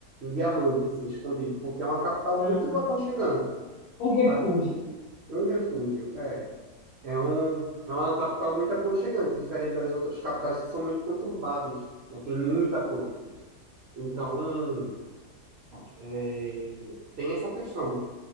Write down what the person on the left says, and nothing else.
Ah,
Um refúgio.